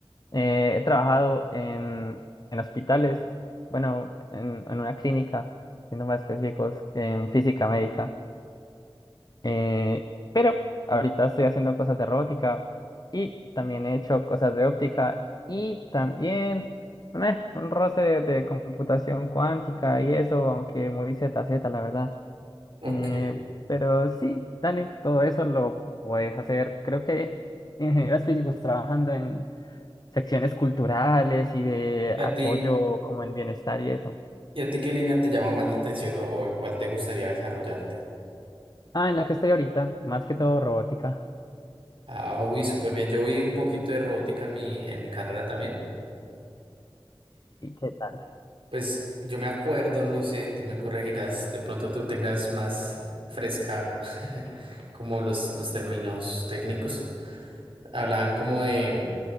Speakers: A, on the left (about 45°); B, on the right (about 70°).
A: eh, he trabajado en, en hospitales, bueno, en, en una clínica, siendo más específicos, en física médica. Eh, pero ahorita estoy haciendo cosas de robótica y también he hecho cosas de óptica y también meh, un roce de, de computación cuántica y eso, aunque muy ZZ, la verdad.
B: Ok,
A: Eh, pero sí, dale, todo eso lo puedes hacer. Creo que ingenieros físicos trabajando en secciones culturales y de
B: ¿y a
A: apoyo
B: ti,
A: como en bienestar y eso.
B: y a ti qué línea te llama más la atención o, o en cuál te gustaría desarrollarte?
A: Ah, en la que estoy ahorita, más que todo robótica.
B: Ah, uy, súper bien, yo vi un poquito de robótica en mi, en mi carrera también.
A: ¿Y qué tal?
B: Pues yo me acuerdo, no sé, tú me corregirás, de pronto tú tengas más fresca <laughs> como los, los términos técnicos. Hablaban como de